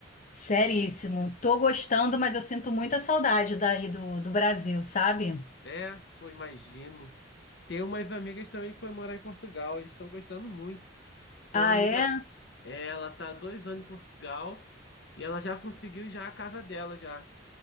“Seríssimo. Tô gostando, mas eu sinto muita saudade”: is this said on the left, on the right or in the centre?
Left